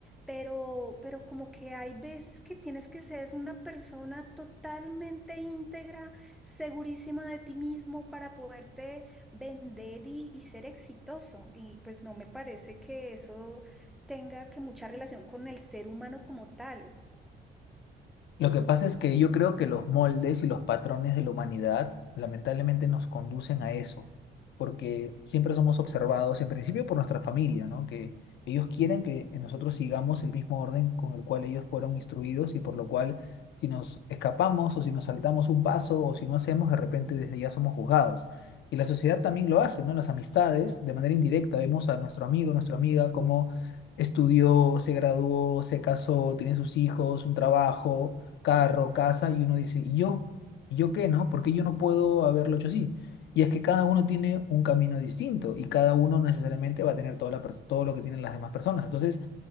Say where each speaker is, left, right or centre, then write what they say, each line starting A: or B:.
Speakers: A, in the centre; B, on the left.
A: Pero, pero como que hay veces que tienes que ser una persona totalmente íntegra, segurísima de ti mismo para poderte vender y, y ser exitoso. Y pues no me parece que eso tenga que mucha relación con el ser humano como tal.
B: Lo que pasa es que yo creo que los moldes y los patrones de la humanidad lamentablemente nos conducen a eso, porque siempre somos observados, en principio por nuestra familia, ¿no? Que ellos quieren que nosotros sigamos el mismo orden con el cual ellos fueron instruidos y por lo cual si nos escapamos o si nos saltamos un paso o si no hacemos, de repente desde ya somos juzgados. Y la sociedad también lo hace, ¿no? Las amistades, de manera indirecta, vemos a nuestro amigo, nuestra amiga, cómo estudió, se graduó, se casó, tiene sus hijos, un trabajo carro, casa, y uno dice, ¿y yo? ¿Y yo qué, no? ¿Por qué yo no puedo haberlo hecho así? Y es que cada uno tiene un camino distinto y cada uno necesariamente va a tener toda la, pers- todo lo que tienen las demás personas. Entonces,